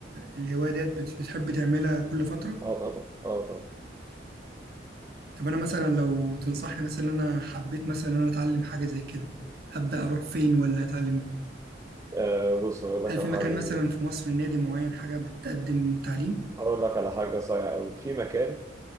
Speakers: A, on the right; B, on the right.
A: آه، الهوايه ديت بت- بتحب تعملها كل فتره
B: اه طبعا اه طبعا
A: طب انا مثلا لو تنصحني مثلا إن انا حبيت مثلا ان انا اتعلم حاجه زي كده ابدا اروح فين ولا اتعلم إيه؟
B: آه بص هقول
A: هل
B: لك على
A: في مكان
B: حاجه
A: مثلا
B: جميله فيه
A: في مصر نادي معين حاجه بتقدم تعليم
B: اقول لك على حاجه صايعه قوي في مكان